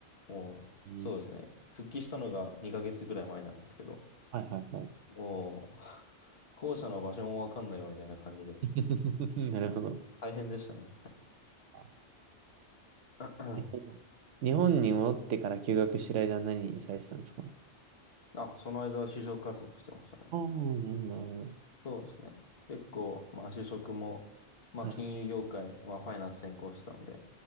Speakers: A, on the left (about 55°); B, on the right (about 80°).
A: もう、
B: えー
A: そうですね。復帰したのが2ヶ月ぐらい前なんですけど、
B: はいはいはい。
A: もう、<laughs> 校舎の場所もわかんないわみたいな感じで、
B: <laughs> なるほど。
A: 大変でしたね。
B: あ
A: <clears throat> あ、
B: えっと日本に戻ってから休学してる間は何にされてたんですか
A: その間は就職活動してましたね。
B: ああなるほど、なるほど。
A: そうですね。結構、まあ就職も、まあ金融業界、
B: はい
A: まあファイナンス専攻したので、